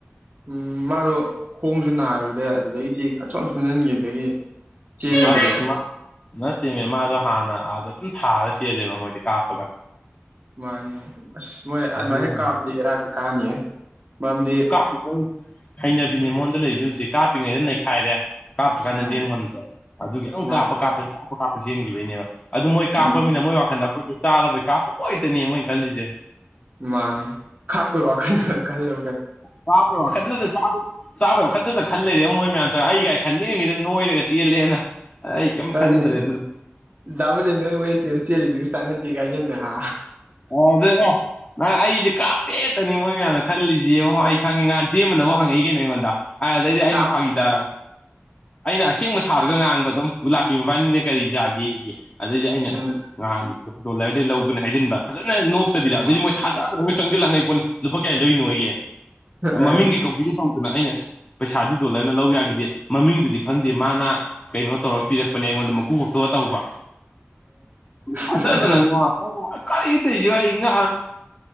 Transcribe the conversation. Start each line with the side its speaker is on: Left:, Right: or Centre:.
Right: ꯎꯝ ꯃꯥꯗꯣ ꯈꯣꯡꯁꯨ ꯅꯥꯔꯨꯗꯦ ꯑꯗꯨꯗꯒꯤꯗꯤ ꯈ ꯁꯣꯟ ꯁꯣꯟꯖꯟꯈꯤꯕꯗꯒꯤ ꯆꯦꯟꯈꯤꯗ꯭ꯔꯦꯕ
Left: ꯑꯁ ꯃꯥ ꯅꯠꯇꯦꯅꯦ ꯃꯥꯗꯣ ꯍꯥꯟꯅ ꯑꯥꯗ ꯑꯗꯨꯝ ꯊꯥꯔ ꯆꯦꯜꯂꯦꯕ ꯃꯣꯏꯗꯤ ꯀꯥꯞꯄꯒ
Right: ꯃꯥꯅꯤ ꯑꯁ ꯃꯣꯏ ꯑꯗꯨꯃꯥꯏꯅ
Left: ꯑꯗꯨꯅꯅꯦ
Right: ꯀꯥꯞꯄꯗꯤ ꯦꯔꯥꯁꯨ ꯀꯥꯅꯤꯌꯦ ꯃꯔꯝꯗꯤ
Left: ꯄꯨꯕꯩ ꯍꯩꯅꯕꯤꯅꯦ ꯃꯉꯣꯟꯗ ꯂꯩꯁꯨ ꯍꯧꯖꯤꯛ ꯀꯥꯞꯄꯤꯉꯩꯗ ꯅꯩꯈꯥꯏꯔꯦ ꯀꯥꯞꯇ꯭ꯔꯀꯥꯟꯗ
Right: ꯎꯝ
Left: ꯆꯦꯟ ꯉꯝꯗꯦꯕ ꯑꯗꯨꯒꯤꯈꯤꯇꯪ
Right: ꯃꯥꯅꯤ
Left: ꯀꯥꯞꯄ ꯀꯥꯞꯄ ꯀꯥꯞꯄ ꯀꯥꯞꯄ ꯆꯦꯟꯈꯤꯕꯒꯤꯅꯦꯕ ꯑꯗꯨ ꯃꯣꯏ ꯀꯥꯞꯄꯃꯤꯅ
Right: ꯎꯝ
Left: ꯃꯣꯏ ꯋꯥꯈꯟꯗ ꯑꯩꯈꯣꯏꯁꯨ ꯆꯥꯔꯔꯕꯣꯏ ꯀꯥꯞꯄ ꯑꯣꯏꯇꯅꯦ ꯃꯣꯏꯅ ꯈꯜꯂꯤꯁꯦ
Right: ꯃꯥꯅꯦ ꯈꯥꯣꯏ ꯋꯥꯈꯜ ꯈꯂ
Left: ꯀꯥꯄꯣ ꯀꯅꯁ ꯆꯥꯕꯩ ꯋꯥꯈꯟꯗꯅ ꯈꯟ ꯂꯩꯔꯦꯕ ꯃꯣꯏ ꯃꯌꯥꯝ ꯆꯪꯉ ꯑꯩꯒꯥꯏ ꯈꯟꯗꯔ ꯃꯤꯗ ꯅꯣꯏꯔꯒ ꯆꯦꯜꯂꯦꯅ ꯑꯩ ꯀꯩꯝ
Right: ꯐꯗꯤ
Left: ꯈꯟꯗ꯭ꯔꯦ ꯑꯗꯨꯅ
Right: ꯗꯥꯕꯂ ꯅꯣꯏ ꯋꯦꯁꯤꯒ ꯆꯦꯜꯂꯤꯁꯤꯒ ꯆꯥꯟꯅꯗꯦ ꯀꯥꯏꯁꯤꯟꯗ ꯍꯥ
Left: ꯑ ꯑꯗꯨ ꯑꯦ ꯅꯪ ꯑꯩꯁꯦ ꯀꯥꯞꯄꯦꯠꯇꯅꯤ ꯃꯣꯏ ꯃꯌꯥꯝꯅ ꯈꯜꯂꯤꯁꯤꯦ ꯌꯦꯡꯉ ꯑꯩ ꯈꯪꯉꯤ ꯉꯍꯥꯟ ꯇꯦꯟ ꯑꯃꯅꯐꯥꯎ ꯍꯪꯉꯛꯏ ꯀꯩꯅꯣ ꯑꯩꯉꯣꯟꯗ ꯑ ꯑꯗꯩꯗꯤ ꯑꯩꯅ
Right: ꯀꯥꯞ
Left: ꯐꯥꯒꯤ ꯇ ꯑꯩꯅ ꯑꯁꯦꯡꯕ ꯁꯥꯔꯒ ꯉꯥꯡꯕ ꯑꯗꯨꯝꯂꯥꯄꯤ ꯃꯕꯥꯅꯤꯅꯦ ꯀꯔꯤꯖꯥꯒꯦ ꯑꯗꯩꯗꯤ ꯑꯩꯅ
Right: ꯎꯝ
Left: ꯑꯁ ꯅꯍꯥꯟ ꯗꯣꯂꯔꯗꯩ ꯂꯧꯕꯅꯦ ꯍꯥꯏꯖꯤꯟꯕ ꯐꯖꯅ ꯅꯣꯛꯇꯕꯤꯗ
Right: ꯎꯝ
Left: ꯑꯗꯨꯏꯗꯤ ꯃꯣꯏ ꯊꯥꯖꯥꯗꯅ ꯃꯣꯏ ꯆꯪꯁꯤꯜꯂꯥꯡꯉꯛꯏ ꯄꯣꯠꯅꯤ ꯂꯨꯄꯥ ꯀꯌꯥ ꯂꯩꯔꯤꯅꯣ ꯑꯩꯍꯦ
Right: ꯑ
Left: ꯃꯃꯤꯡ ꯀꯩꯀꯤꯅꯦ ꯇꯧꯗꯅ ꯑꯩꯅ ꯑꯁ ꯄꯩꯁꯥꯗꯤ ꯗꯣꯂꯔꯅ ꯂꯧ ꯌꯥꯈꯤꯗꯦ ꯃꯃꯤꯡꯗꯨꯗꯤ ꯈꯪꯗꯦ ꯃꯥꯅ ꯀꯩꯅꯣ ꯇꯧꯔꯒ ꯄꯤꯔꯛꯄꯅꯦ ꯑꯩꯉꯣꯟꯗ ꯃꯀꯨ ꯈꯛꯇꯣꯛꯒ ꯇꯧꯕ
Right: ꯑ
Left: ꯃꯗ ꯅ ꯋꯥ ꯀꯗ ꯏ ꯉ